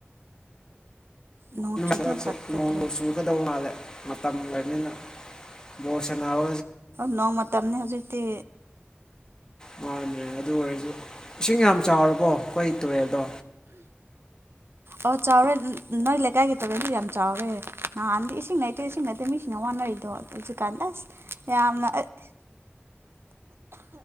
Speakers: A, on the right; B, on the left.
A: ꯅꯣꯡ ꯆꯨꯕꯅ
B: ꯆꯔꯛꯁꯦꯣꯡ
A: ꯐꯠ ꯐꯠꯇ꯭ꯔꯣ
B: ꯁꯨꯜꯀꯗꯧ ꯃꯥꯗꯦ ꯃꯅꯤꯅ ꯣꯁꯅꯎ
A: ꯅꯣꯡꯃ ꯃꯇꯝꯅꯦ ꯍꯧꯖꯤꯛꯇꯛꯇꯤ
B: ꯃꯥꯗ꯭ꯔꯦ ꯑꯗꯨ ꯑꯣꯏꯔꯁꯨ ꯏꯁꯤꯡ ꯌꯥꯝ ꯆꯥꯎꯔꯕꯣ ꯑꯩꯈꯣꯏ ꯇꯨꯔꯦꯜꯗꯣ
A: ꯑꯣ ꯆꯥꯎꯔꯦ ꯅꯣꯏ ꯂꯩꯀꯥꯏꯒꯤ ꯇꯔꯦꯟꯗꯤ ꯌꯥꯝ ꯆꯥꯎꯋꯦ ꯅꯍꯥꯟꯗꯤ ꯏꯁꯤꯡ ꯂꯩꯇꯦ ꯏꯁꯤꯡ ꯅꯠꯇꯦ ꯃꯤꯁꯤꯡ ꯋꯥꯅꯔꯤꯗꯣ ꯑ ꯍꯧꯖꯤꯛꯀꯥꯟꯗ ꯑꯁ ꯌꯥꯝꯅ
B: ꯍꯝꯦ